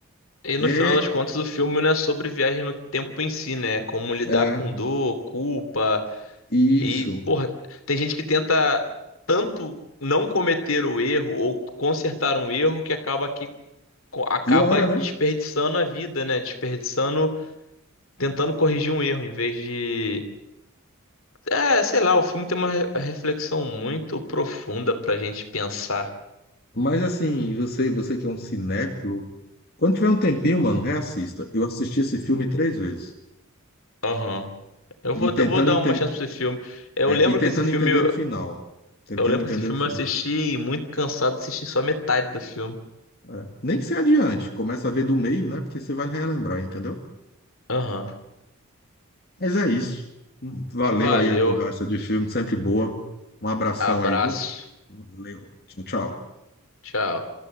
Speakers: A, on the left; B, on the left.
A: E
B: É,
A: no final das contas, o filme não é sobre viagem no tempo em si, né? É Como lidar
B: é,
A: com dor, culpa
B: isso.
A: e, porra, tem gente que tenta tanto não cometer o erro ou consertar um erro que acaba que co- acaba
B: E ora
A: desperdiçando
B: né?
A: a vida, né? Desperdiçando, tentando corrigir um erro, em vez de. É, sei lá, o filme tem uma re- reflexão muito profunda pra gente pensar.
B: Mas assim, você, você que é um cinéfilo, Quando tiver um tempinho, mano, reassista. Eu assisti esse filme três vezes.
A: Aham. Eu vou,
B: E
A: eu
B: tentando,
A: vou dar
B: enten-
A: uma chance pra esse filme. Eu
B: é,
A: lembro
B: e tentando
A: que esse filme,
B: entender
A: eu,
B: o final. Tentando
A: eu lembro
B: entender
A: que esse filme
B: o final.
A: eu assisti muito cansado, assisti só metade do filme.
B: é. Nem que você adiante. Começa a ver do meio, né? Porque você vai relembrar, entendeu?
A: Aham.
B: Mas é isso. Hum, Valeu
A: Valeu.
B: aí a conversa de filme, sempre boa. Um abração
A: Abraço.
B: aí, viu? Valeu. Tchau, tchau.
A: Tchau.